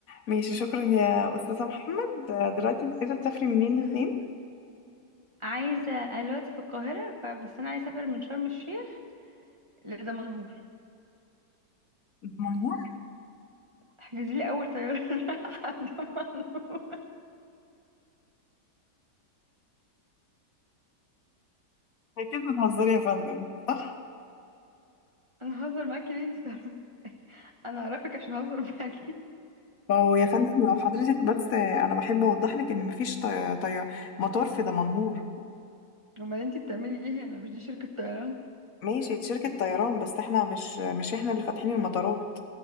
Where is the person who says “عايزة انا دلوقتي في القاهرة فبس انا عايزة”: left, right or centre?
Right